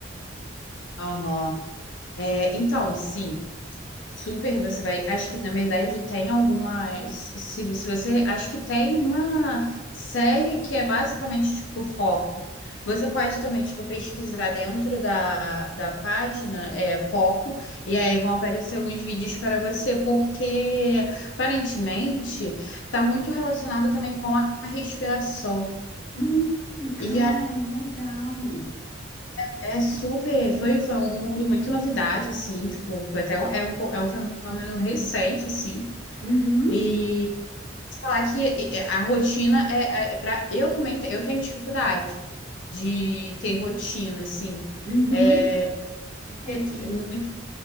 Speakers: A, on the left; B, on the left.
A: aham. É, então, sim. Super, você vai. Acho que, na verdade, tem alguma Se, se você. Acho que tem uma série que é basicamente, tipo, foco. Você pode também, tipo, pesquisar dentro da, da página, é, foco, e aí vão aparecer alguns vídeos para você, porque, aparentemente, está muito relacionado também com a respiração.
B: Hum, hum,
A: E
B: ai,
A: aí.
B: legal.
A: É super, foi, foi um mundo muito novidade, assim, tipo, foi até um- é um, po- é um fenômeno recente, assim,
B: Uhum,
A: E te falar que e- é, a rotina é, é para eu também te- eu tenho dificuldade de ter rotina assim.
B: uhum.
A: É,
B: É,
A: eu t-
B: e
A: muito